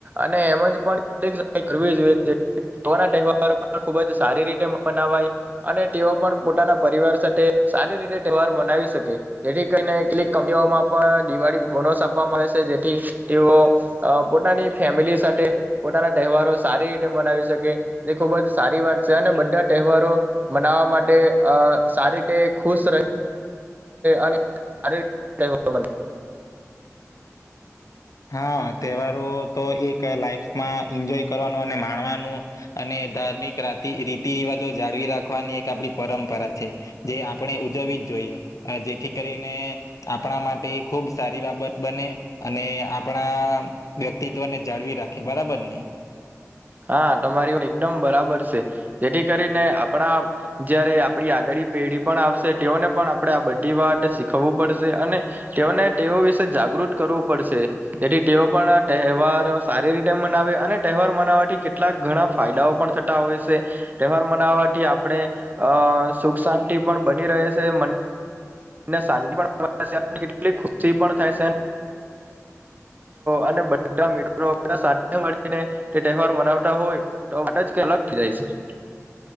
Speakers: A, on the right; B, on the left.
A: અને એમનાહેવાર ખુબ જ સારી રીતે મનાવાય અને તેઓ પણ પોતાના <inaudible> પરિવાર સાથે સારી રીતે તહેવાર મનાવી શકે જેથી કરીને કેટલીક કમીઓમાં પણ દિવાળી બોનસ આપવા આવે છે જેથી તેઓ પોતાની ફેમિલી સાથે પોતાના તહેવારો સારી રીતે મનાવી શકે જે ખૂબ જ સારી વાત છે અને બધા તહેવારો મનાવા માટે અ સારી રીતે ખુશ રહે અને શારીરિક <inaudible>
B: હા તહેવારો તો એક લાઈફમાં એન્જોય કરવાનું અને માણવાનું અને ધાર્મિક રા રીતિ રિવાજો જાળવી રાખવાની એક આપણી પરંપરા છે જે આપણે ઉજવવી જ જોઈએ જેથી કરીને આપણા માટે ખુબ સારી બાબત બને અને પણ વ્યક્તિત્વને જાળવી રાખે બરાબર ને
A: હા તમારી વાત એકદમ બરાબર છે જેથી કરીને આપણા જયારે આપડી આગળ પેઢી પણ આવશે તેઓને પણ આપણે આ બધી વાત શીખવું પડશે અને તેઓને તેઓ વિશે જાગૃત કરવું પડશે જેથી તેઓ પણ તહેવાર સારી રીતે મનાવે અને તહેવાર મનાવવાથી કેટલાક ઘણા ફાયદાઓ પણ થતા હોય છે તહેવાર મનાવાથી આપણે અ સુખ શાંતિ પણ બની રહે છે શાંતિ પણ કેટલી ખુશી પણ થાય છે અને બધા <inaudible> સાથે મળીને તે તહેવાર મનાવતા હોય તો વાત જ અલગ થઈ જાય છે <inaudible>